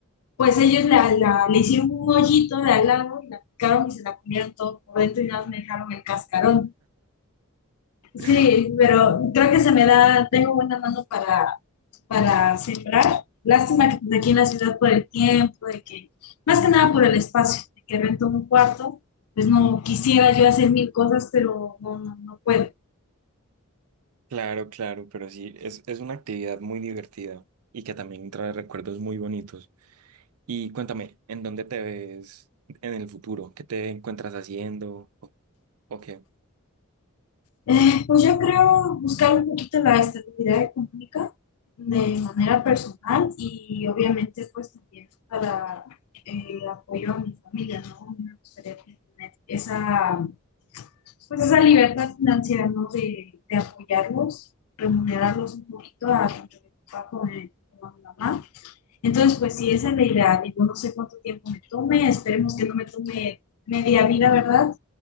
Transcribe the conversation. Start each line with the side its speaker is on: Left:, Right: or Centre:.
Left: Pues ellos la, la- le hicieron un hoyito de al lado y la picaron y se la comieron todo por dentro y nada más me dejaron el cascarón. Sí,
Right: <laughs>
Left: pero creo que se me da, tengo buena mano para para sembrar. Lástima que pues, aquí en la ciudad por el tiempo, de que, más que nada por el espacio, de que rento un cuarto, pues no quisiera yo hacer mil cosas, pero no, no, no puedo.
Right: Claro, claro, pero sí, es, es una actividad muy divertida y que también trae recuerdos muy bonitos. Y cuéntame, ¿en dónde te ves en el futuro? ¿Qué te encuentras haciendo? ¿O, o qué?
Left: Eh, pues yo creo buscar un poquito la estabilidad económica de manera personal y obviamente pues también para el eh, apoyo a mi familia, ¿no? Me gustaría tener esa pues esa libertad financiera, ¿no? De, de apoyarlos, remunerarlos un poquito a tanto mi papá como, a mi mamá. Entonces, pues sí, esa es la idea. Digo, no sé cuánto tiempo me tome, esperemos que no me tome media vida, ¿verdad?